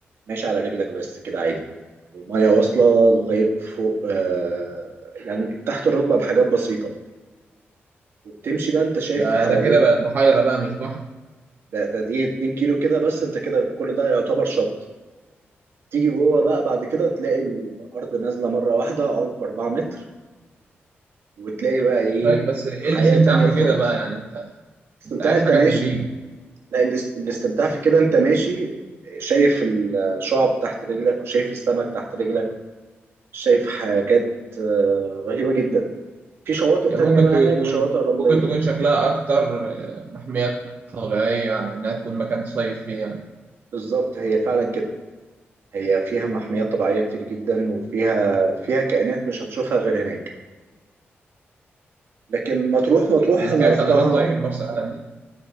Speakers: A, on the right (about 65°); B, on the right (about 40°).
A: ماشي على رجلك بس كده عادي والمية واصلة لغاية فوق آه يعني تحت الركبة بحاجات بسيطة وبتمشي بقى انت شايف
B: ده
A: حواليك
B: ده كده بقت بحيره بقى مش بحر
A: ده, ده دي اتنين كيلو كده بس انت كده كل ده يعتبر شط تيجي جوه بقى بعد كده تلاقي الأرض نازلة مرة واحدة عمق أربعة متر وتلاقي بقى ايه
B: طيب بس ايه
A: حياة
B: الاستمتاع
A: تانية
B: في
A: خالص
B: كده بقى يعني انت
A: بس
B: انت
A: انت
B: عايز
A: انت
B: حاجه
A: ماشي
B: تدريجي
A: لا الاس- الاستمتاع في كده انت ماشي شايف الشعب تحت رجلك وشايف السمك تحت رجلك شايف حاجات آه، رهيبة جدا في شواطئ
B: يعني
A: تانية
B: ممكن
A: بقى
B: تكون
A: هناك شواطئ رملية
B: ممكن تكون شكلها اكتر آه، محميات طبيعيه يعني انها تكون مكان تصيف فيه يعني
A: بالظبط هي فعلا كده هي فيها محميات طبيعية كتير جدا وفيها فيها كائنات مش هتشوفها غير هناك لكن مطروح مطروح
B: دي
A: انا
B: فيها
A: رحتها
B: خدمات طيب مرسى علم دي